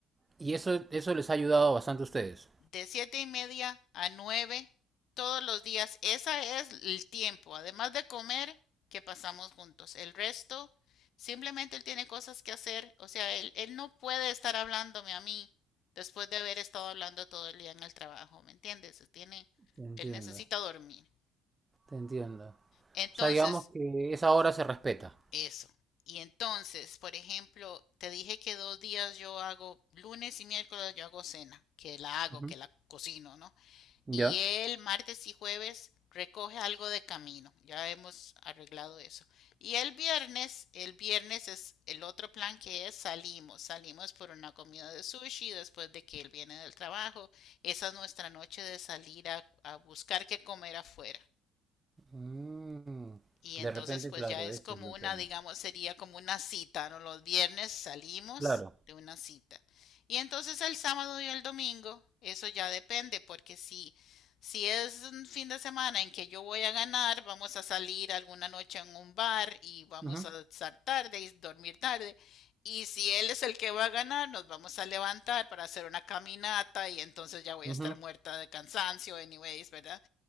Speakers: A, on the right; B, on the left.
A: Y eso, eso les ha ayudado bastante a ustedes.
B: de siete y media a nueve todos los días. Ese es el tiempo, además de comer, que pasamos juntos. El resto, simplemente él tiene cosas que hacer. O sea, él, él no puede estar hablándome a mí después de haber estado hablando todo el día en el trabajo, ¿me entiendes? Tiene,
A: Te entiendo,
B: él necesita dormir.
A: te entiendo.
B: Entonces,
A: O sea, digamos que esa hora se respeta.
B: eso. Y entonces, por ejemplo, te dije que dos días yo hago, lunes y miércoles yo hago cena, que la hago,
A: Ujú.
B: que la cocino, ¿no?
A: Ya.
B: y el martes y jueves recoge algo de camino. Ya hemos arreglado eso. Y el viernes, el viernes es el otro plan que es salimos. Salimos por una comida de sushi después de que él viene del trabajo. Esa es nuestra noche de salir a, a buscar qué comer afuera.
A: Mm,
B: Y
A: De
B: entonces
A: repente,
B: pues
A: claro,
B: ya es
A: eso
B: como
A: es lo
B: una,
A: que a mí.
B: digamos, sería como una cita, ¿no? Los viernes salimos
A: Claro.
B: de una cita. Y entonces el sábado y el domingo, eso ya depende, porque si, si es un fin de semana en que yo voy a ganar, vamos a salir alguna noche en un bar y vamos
A: Ujú,
B: a estar tarde y dormir tarde. Y si él es el que va a ganar, nos vamos a levantar para hacer una caminata y entonces ya voy
A: ujú.
B: a estar muerta de cansancio, anyways, ¿verdad?